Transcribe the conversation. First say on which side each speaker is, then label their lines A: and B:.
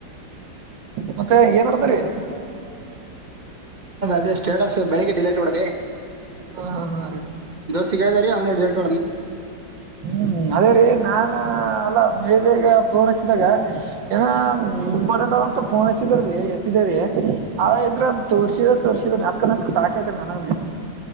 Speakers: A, on the right; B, on the right.
A: ಮತ್ತೆ ಏನ್ ಆಡದ್ರರಿ
B: ಇ ಸ್ಟೇಟಸ್ ಬೆಳಗ್ಗೆ ಡಿಲೇಟ್ ಹೊಡದೆ
A: ಹಾ ಹಾ ಹಾ ಅ ರ
B: ಸಿಗಾಯದೀ ಅವನ ಡೇಟ್ಡ
A: ಹ್ಮ್ ಅದೇ ರೀ ನಾನ ಅಲ್ಲ ಮೇಲ್ ಬೇಗ ಫೋನ್ ಹಚ್ಚಿದಾಗ ಏನ ಇಂಪಾರ್ಟೆಂಟ್ ಅದಂತ ಫೋನ್ ಹಚ್ಚಿದಾರೀ ಎತ್ತಿದ್ರೀ ಅವ ಇದ್ರ ಅದು ತೋರ್ಸಿದ ತೋರ್ಸಿದ ನಕ್ಕ ನಕ್ಕ ಸಾಕೈತ್ರಿ ನನಗನ